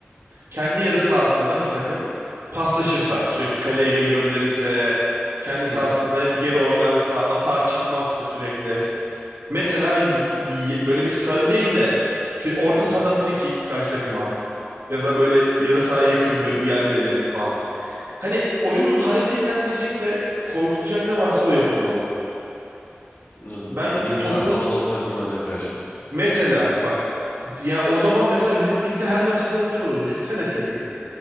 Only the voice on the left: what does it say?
Hı hı.
Anladım.
Bu yatan
Anadolu takımlarına karşı.